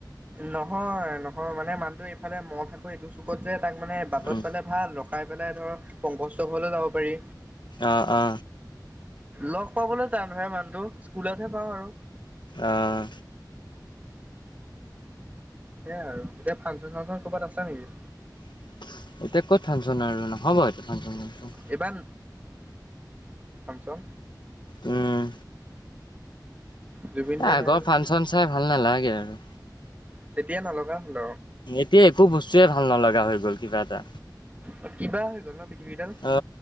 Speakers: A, on the right; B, on the left.
A: নহয়-নহয় মানে মানুতটো এইফালে মনটো এইটো চুকত যে। তাক মানে বাটত
B: উম
A: পালে ভাল। ৰখাই পেলাই ধৰ পংকচ ঘললৈ যাব পাৰি।
B: অ-অ।
A: লগ পাবলৈ টান নহয় মানুহটো স্কুলতহে পাওঁ আৰু।
B: আহ
A: সেইয়াই আৰু এতিয়া ফাংচন চাংচন কৰ'বাত আছে নেকি,
B: <unintelligible> এতিয়া ক'ত ফাংচন আৰু ন হ'ব এতিয়া ফাংচন চানচন
A: এইবাৰ কিয়
B: উম
A: জুবিন
B: এ
A: দা
B: আগৰ
A: নাই যে
B: ফাংচন চাই ভাল নালাগে আৰু,
A: তেতিয়া নলগা হ'ল
B: এতিয়া একো বস্তুৱে ভাল নলগা হৈ গ'ল, কিবা এটা
A: আৰু কিবা হৈ গ'ল ন পৃথিৱীডাল
B: অ